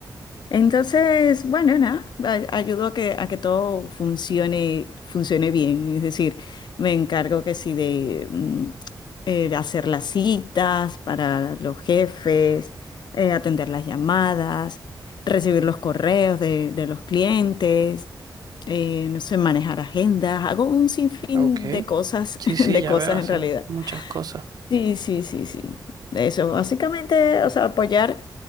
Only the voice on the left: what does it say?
Entonces, bueno, nada, ay- ayudo a que, a que todo funcione, funcione bien. Es decir, me encargo que sí de mm, eh, hacer las citas para los jefes, eh, atender las llamadas, recibir los correos de, de los clientes, eh, no sé, manejar agendas. Hago un sinfín
de cosas,
<laughs> de
cosas
en realidad.
Sí, sí, sí, sí. Eso, básicamente, o sea, apoyar